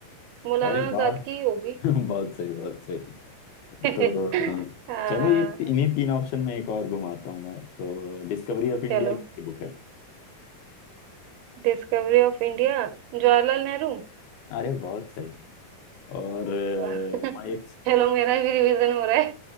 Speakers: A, on the right; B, on the left.
A: Maulana
B: अरे
A: Azad
B: वाह
A: की होगी
B: <laughs> बहुत सही बहुत सही
A: <laughs>
B: तो
A: आ,
B: चलो ये ती- इन्हीं तीन ऑप्शन में एक और घुमाता हूँ मैं तो डिस्कवरी ऑफ
A: चलो
B: इंडिया किसकी बुक है
A: Discovery of India Jawaharlal Nehru
B: अरे बहुत सही और
A: आ, <laughs>
B: my
A: चलो मेरा भी रिवीजन हो रहा है